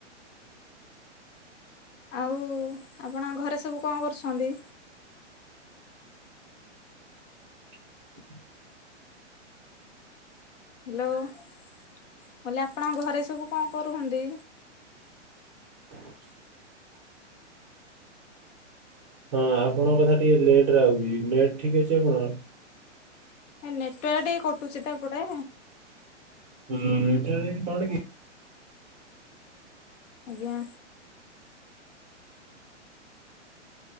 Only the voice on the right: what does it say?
<inaudible>
<inaudible> ହଁ ଆପଣଙ୍କ କଥା ଟିକେ ଲେଟରେ ଆଉଚି। ନେଟ୍ ଠିକ୍ ଅଛି ଆପଣଙ୍କ।
ହ ନେଟ୍ୱ କଣ କି